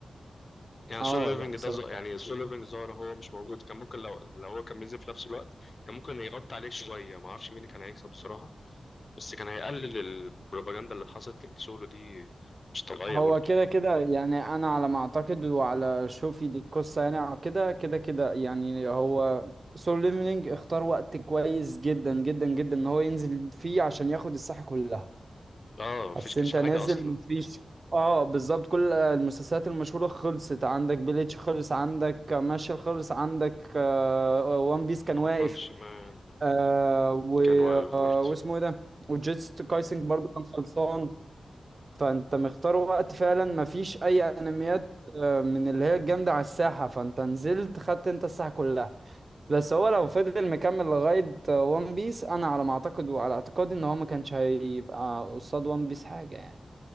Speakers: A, on the left; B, on the right.
A: يعني
B: اه
A: سول ليفنج
B: لا بصراحة
A: ده ز... يعني سول ليفنج ظهر هو مش موجود كان ممكن لو لو هو كان بينزل في نفس الوقت كان ممكن يغطي عليه شويه ما اعرفش مين كان هيكسب بصراحه بس كان هيقلل البروباجندا اللي حصلت لسولو دي مش طبيعيه
B: هو
A: برضه
B: كده كده يعني انا على ما اعتقد وعلى شوفي دي القصه يعني أو كده كده كده يعني هو سول ليفلينج اختار وقت كويس جدا جدا جدا ان هو ينزل فيه عشان ياخد الساحه كلها
A: اه مفيش
B: اصل
A: كانش
B: انت
A: في
B: نازل
A: حاجه اصلا
B: مفيش اه بالظبط كل المسلسلات المشهوره خلصت عندك بليتش خلص عندك ماشي خلص عندك وان بيس كان
A: وان
B: واقف
A: بانش مان
B: آه و
A: كان واقف
B: آه
A: برضه
B: واسمه ايه ده وجيتس كايسنج برضو كان خلصان فانت مختار وقت فعلا مفيش اي انميات آه، من اللي هي الجامدة على الساحة فانت نزلت خدت انت الساحة كلها بس هو لو فضل مكمل لغاية وان بيس انا على ما اعتقد وعلى اعتقادي ان هو ما كانش هيبقى قصاد وان بيس حاجة يعني